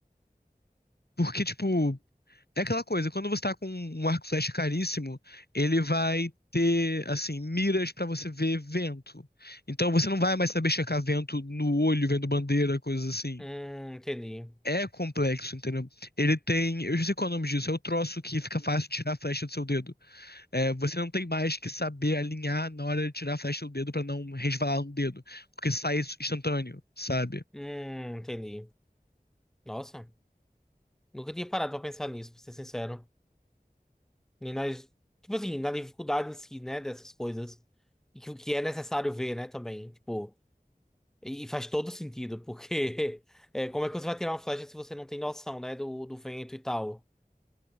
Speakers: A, on the left (about 80°); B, in the centre.
A: porque tipo É aquela coisa, quando você tá com um arco e flecha caríssimo, ele vai ter, assim, miras pra você ver vento. Então você não vai mais saber checar vento no olho, vendo bandeira, coisas assim.
B: Hum, entendi.
A: É complexo, entendeu? Ele tem, eu já sei qual é o nome disso, é o troço que fica fácil tirar a flecha do seu dedo. É, você não tem mais que saber alinhar na hora de tirar a flecha do dedo pra não resvalar no dedo, porque sai instantâneo, sabe?
B: Hum, entendi. Nossa, nunca tinha parado pra pensar nisso, pra ser sincero. Nem nas, tipo assim, na dificuldade em si, né, dessas coisas. E que o que é necessário ver, né, também. Tipo, e e faz todo sentido, porque <laughs> é, como é que você vai tirar uma flecha se você não tem noção, né, do, do vento e tal?